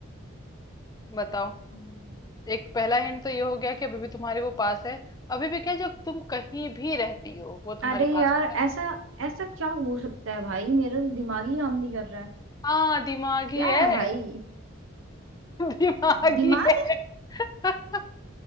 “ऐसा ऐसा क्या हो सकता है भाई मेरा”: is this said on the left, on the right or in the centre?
Right